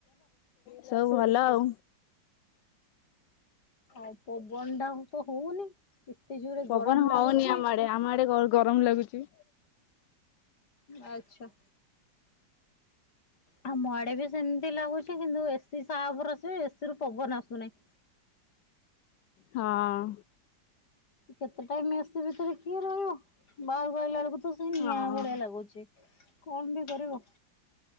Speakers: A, on the left (about 70°); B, on the left (about 55°).
A: ସବୁ ଭଲ ଆଉ।
B: ଆଉ ପବନ ଟା ତ ହଉନି କେତେ ଜୋରେ
A: ପବନ
B: ଗରମ ଲାଗୁଛି।
A: ହଉନି ଆମ ଆଡେ ଆମ ଆଡେ ଗରମ ଲାଗୁଛି।
B: ଆଚ୍ଛା ଆଉ ମଆଡେ ବି ସେମିତି ଲାଗୁଛି କିନ୍ତୁ ଏସିି ସା ବରସେ ଏସିରୁୁ ପବନ ଆସୁନାହିଁ।
A: ହଁ
B: କେତେ ଟାଇମ ଏସି ଭିତରେ କିଏ ରହିବ ବାହାରକୁ ଆଇଲା ବେଳକୁ ସେ ନିଆଁ
A: ହଁ।
B: ଭଳିିଆ ଲାଗୁଛି କଣ ବି କରିବ?